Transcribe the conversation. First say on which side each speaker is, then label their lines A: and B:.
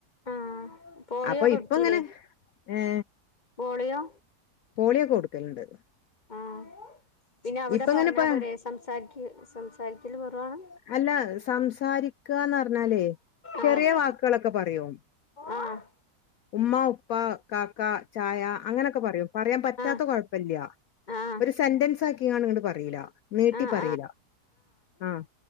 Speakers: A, on the left (about 30°); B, on the left (about 65°).
A: ആഹ് പോളിയോ
B: അപ്പൊ
A: കൊടുത്തില്ലേ
B: ഇപ്പൊ ഇങ്ങനെ ഏ
A: പോളിയോ
B: പോളിയോ ഒക്കെ കൊടുക്കലുണ്ട്
A: ആഹ ഇനി അവിടെ
B: ഇപ്പ ഇങ്ങനെ
A: പറഞ്ഞാ
B: ഇപ്പ
A: പോരേ സംസാരിരിക്ക സംസാരിക്കല് കുറവവാണ്
B: അല്ല സംസാരി ക്കാന്ന് പറഞ്ഞാലേ ചെറിയ
A: ആഹ്
B: വാക്കുകളൊക്കെ പറയും
A: ആഹ്
B: ഉമ്മ ഉപ്പ കാക്ക ചായ അങ്ങനെയൊക്കെ പറയും പറയാൻ പറ്റാത്ത
A: ആഹ്
B: കൊഴപ്പല്ല
A: ആഹ്
B: ഒര് സെന്റൻസാക്കിക്കാണ്ട് ഇങ്ങട്ട് പറീല നീട്ടി
A: ആഹ്
B: പറീല ആഹ്